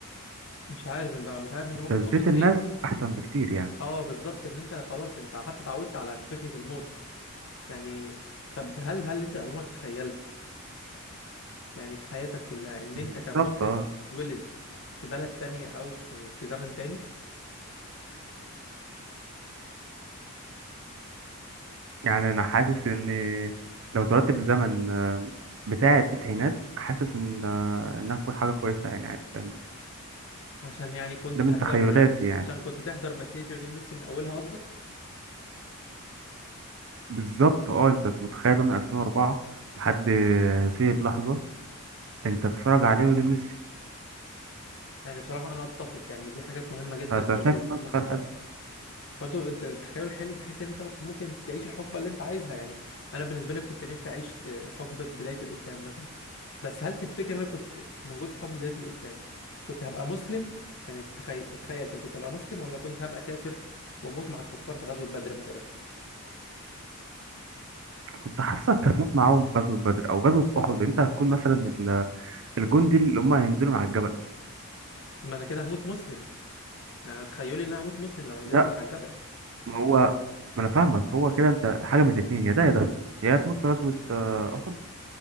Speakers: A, on the left; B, on the right.
A: مش عارف انت مش عارف انت ممكن
B: ابتزيت
A: تقصد
B: الناس
A: ايه
B: احسن بكتير يعني
A: اه بالظبط ان انت خلاص انت حتى اتعودت على فكرة الموت يعني طب هل هل انت عمرك تخيلت يعني في حياتك كلها ان
B: بالظبط
A: انت كان ممكن
B: اه
A: تتولد في بلد تانية او في في زمن تاني
B: يعني انا حاسس ان لو اتولدت في الزمن آم، بتاع التسعينات حاسس ان آه، انها تكون حاجه كويسه يعني عادي فاهم
A: عشان يعني كنت
B: ده
A: تحضر
B: من تخيلاتي يعني
A: عشان كنت تحضر مسيرة ليونيل ميسي من أولها قصدك
B: بالظبط اه انت متخيل بقى من 2004 لحد هذه اللحظه انت بتتفرج عليه ولميسي
A: يعني بصراحة أنا أتفق يعني دي حاجات مهمة جدا
B: فانت
A: برضو
B: شايف
A: كانت
B: ان هو تخيل
A: ممكن
B: حلو
A: تحصل برضو الت- التخيل حلو بحيث إن أنت ممكن ممكن تعيش الحقبة اللي أنت عايزها يعني أنا بالنسبة لي كنت نفسي أعيش ت- حقبة بداية الإسلام مثلا بس هل تفتكر إن أنا كنت موجود في حقبة بداية الإسلام كنت هبقى مسلم يعني تخيل تتخيل كده كنت هبقى مسلم ولا كنت هبقى كافر وأموت مع الكفار في غزوة بدر مثلا
B: كنت حاسسك هتموت معاهم في غزوه بدر او غزوه احد انت هتكون مثلا ال- الجندي اللي هم هينزلوا مع الجبل
A: ما أنا كده هموت مسلم يعني أنا تخيلي إن أنا هموت مسلم لو نزلت
B: لا
A: من على الجبل
B: ما هو ما انا فاهمك هو كده انت حاجه من الاثنين يا ده يا ده يا تموت في غزوه آه، احد